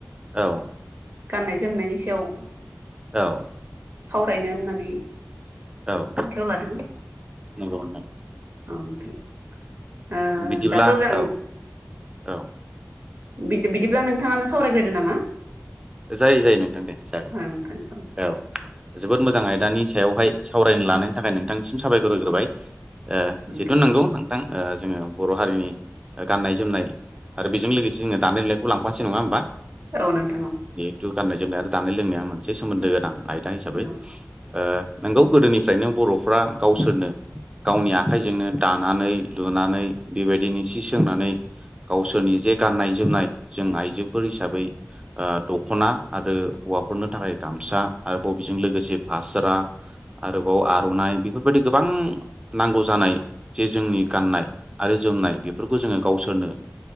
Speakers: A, on the right (about 15°); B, on the right (about 50°).
A: औ
B: गाननाय जोमनायनि सायाव
A: औ
B: सावरायनो होननानै
A: औ
B: आखायाव लादों
A: नंगौ नोंथां
B: औ नोंथां ओ
A: बिदिब्ला
B: दाथ' जों
A: औ औ
B: बिदि बिदिब्ला नोंथाङानो सावरायग्रोदो नामा
A: जायो जायो नोंथां दे जागोन
B: आं नोंथां सावराय
A: औ जोबोद मोजां आयदानि सायावहाय सावरायनो लानायनि थाखाय नोंथांनिसिम साबायखर होग्रोबाय ओ
B: नोंथां
A: जिथु नंगौ नोंथां ओ जोङो बर' हारिनि गाननाय जोमनाय आरो बेजों लोगोसे जो दानाय लुनायखौ लांफासै नङा होमबा
B: औ नोंथां औ
A: जिथु गाननाय जोमनाय आरो दानाय लोंनाया मोनसे सोमोन्दो गोनां आयदा हिसाबै
B: औ
A: ओ नोंगौ गोदोनिफ्रायनो बर'फ्रा गावसोरनो गावनि आखाइजोंनो दानानै लुनानै बेबायदिनो सि सोंनानै गावसोरनि जे गाननाय जोमनाय जों आइजोफोर हिसाबै ओ दख'ना आरो हौवाफोरनो थाखाय गामसा आरो बबेजों लोगोसे फास्रा आरोबाव आर'नाइ बेफोरबायदि गोबां नांगौ जानाय जे जोंनि गाननाय आरो जोमनाय बेफोरखौ जोङो गावसोरनो